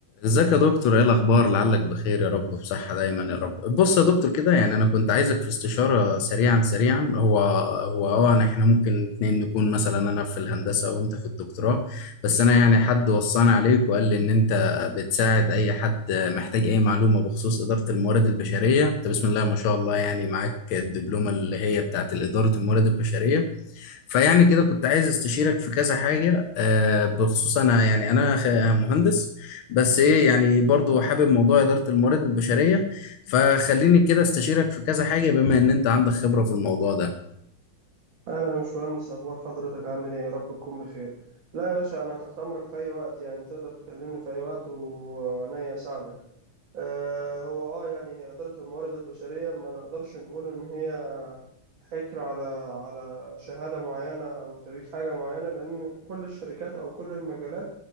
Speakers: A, on the left; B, on the right.
A: ازيك يا دكتور ايه الاخبار لعلك بخير يا رب بصحة دايما يا رب بص يا دكتور كده يعني انا كنت عايزك في استشارة سريعا سريعا هو هو اه أنا- احنا ممكن اتنين نكون مثلا انا في الهندسة وانت في الدكتوراه بس انا يعني حد وصاني عليك وقال لي ان انت بتساعد اي حد محتاج اي معلومة بخصوص إدارة الموارد البشرية انت بسم الله ما شاء الله يعني معاك الدبلومة اللي هي بتاعت إدارة الموارد البشرية فيعني كده كنت عايز استشيرك في كذا حاجة آه، بخصوص انا يعني انا خ- مهندس بس ايه يعني برضو حابب موضوع إدارة الموارد البشرية فخليني كده استشيرك في كذا حاجة بما ان انت عندك خبرة في الموضوع ده
B: اهلا انا مش مهندس اخبار حضرتك عامل ايه يا رب تكون بخير لا يا باشا انا تحت امرك في اي وقت يعني تقدر تكلمني في اي وقت و- وعينيا اساعدك آه هو اه يعني اداره الموارد البشريه ما نقدرش نقول ان هي حكر على على شهاده معينه او خريج حاجه معينه لان كل الشركات او كل المجالات